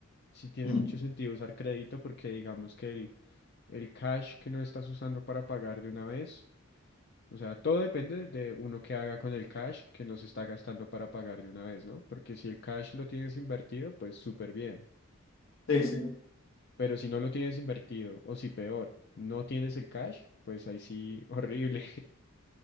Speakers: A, on the left; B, on the left.
A: sí tiene
B: Mm.
A: mucho sentido usar crédito porque digamos que el, el cash que no estás usando para pagar de una vez, o sea, todo depende de uno que haga con el cash que no se está gastando para pagar de una vez, ¿no? Porque si el cash lo tienes invertido, pues súper bien.
B: Sí, sí.
A: Pero si no lo tienes invertido, o si peor, no tienes el cash, pues ahí sí, <laughs> horrible.